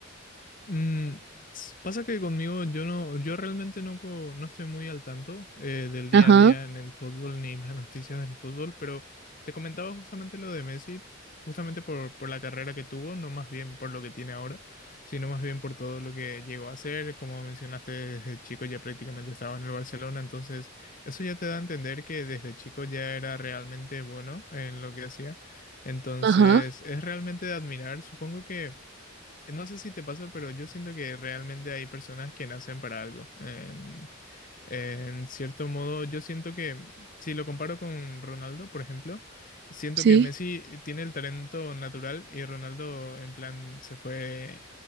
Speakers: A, on the left; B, on the right.
A: Mm, s- pasa que conmigo yo no, yo realmente no, co- no estoy muy al tanto eh, del día
B: Ajá,
A: a día en el fútbol ni las noticias del fútbol, pero te comentaba justamente lo de Messi, justamente por, por la carrera que tuvo, no más bien por lo que tiene ahora, sino más bien por todo lo que llegó a hacer. Como mencionaste, desde chico ya prácticamente estaba en el Barcelona, entonces eso ya te da a entender que desde chico ya era realmente bueno en lo que hacía. Entonces
B: ajá,
A: es realmente de admirar, supongo que... No sé si te pasa, pero yo siento que realmente hay personas que nacen para algo. En- en cierto modo, yo siento que, si lo comparo con Ronaldo, por ejemplo, siento
B: sí,
A: que Messi tiene el talento natural y Ronaldo, en plan, se fue.